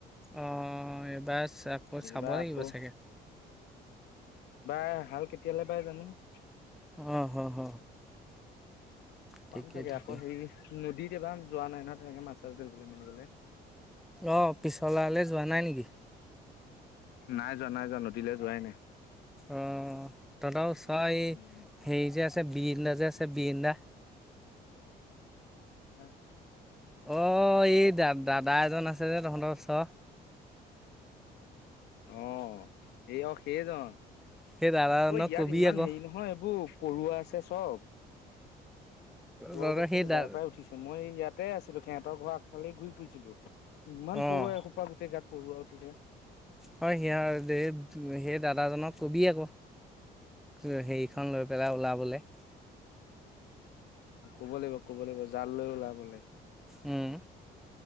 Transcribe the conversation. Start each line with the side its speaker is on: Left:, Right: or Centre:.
Centre: অঁ এইবাৰ চা আকৌ
Left: এইবাৰ
Centre: চাব লাগিব
Left: আকৌ
Centre: চাগে?
Left: আ হাল কে কেলে বাই জানো মোক?
Centre: অ হ হ হ। ঠিকে
Left: পাম চাগে
Centre: ঠিকে
Left: আকৌ হেৰি নদীত এবাৰ যোৱা নাই নহয় তেনেকে মাছ - চাছ ধৰিবলে মেলি গলে।
Centre: অ পিছলালে যোৱা নাই নেকি?
Left: নাই যোৱা নাই যোৱা নদীলৈ যোৱাই নাই?
Centre: অ তহঁতও চোৱা এই
Left: উম,
Centre: হেৰি যে আছে বিৰিন্দা যে আছে বিৰিন্দা?
Left: আহ
Centre: অ এই দা দাদা এজন আছে যে তহঁতৰ ওচৰ।
Left: অ সেই অ সেইজন।
Centre: সেই দাদাজনক
Left: ঐ ইয়াত
Centre: কবি
Left: ইমান
Centre: আকৌ
Left: হেৰি নহয় এইবোৰ পৰুৱা আছে চব। পৰুৱাবোৰ
Centre: তহঁতৰ
Left: একদম
Centre: সেই দা
Left: গাই পাই উঠিছে, মই এই ইয়াতে আছিলো সিহঁতৰ ঘৰ আগফালে ঘূৰি ফুৰিছিলো। ইমান
Centre: অঁ
Left: পৰুৱা এসোপা গোটেই গাত পৰুৱা উঠিছে।
Centre: হয় সেইয়াৰ যে সেই দাদাজনক কবি আক। হুৱে হেৰিখন লৈ পেলাই ওলাবলে।
Left: ক'ব লাগিব ক'ব লাগিব জাল লৈ ওলাবলে।
Centre: উম।